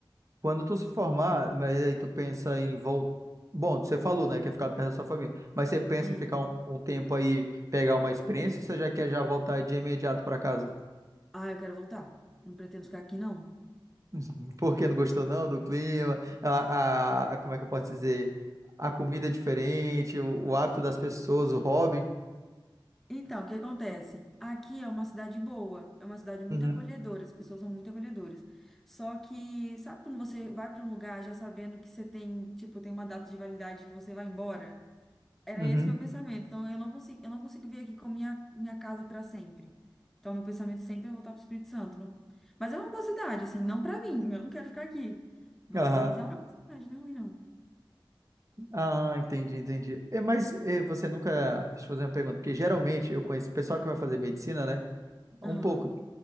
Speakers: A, on the right (about 40°); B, in the centre.
A: Quando tu se formar, mas aí tu pensa em voltar. Bom, você falou, né, que ia ficar perto da sua família. Mas você pensa
B: aham.
A: em ficar um, um tempo aí, pegar uma experiência, ou você já quer já voltar de imediato pra casa?
B: Ah, eu quero voltar. Não pretendo ficar aqui, não.
A: <laughs> Porque não gostou não do clima? A, a- como é que eu posso dizer? A comida é diferente, o, o hábito das pessoas, o hobby.
B: Então, o que acontece? Aqui é uma cidade boa, é uma cidade muito
A: Uhum,
B: acolhedora, as pessoas são muito acolhedoras. Só que, sabe quando você vai para um lugar já sabendo que você tem, tipo, tem uma data de validade que você vai embora? Era
A: uhum,
B: esse meu pensamento. Então, eu não consigo, eu não consigo vir aqui com minha, minha casa para sempre. Então, meu pensamento sempre é voltar para o Espírito Santo. Não- Mas é uma boa cidade, assim, não para mim, eu não quero ficar aqui. Mas
A: aham.
B: é uma boa cidade, não é ruim, não.
A: Ah, entendi, entendi. É, mas é, você nunca. Deixa eu fazer uma pergunta, porque geralmente eu conheço o pessoal que vai fazer medicina, né? Um
B: Aham.
A: pouco.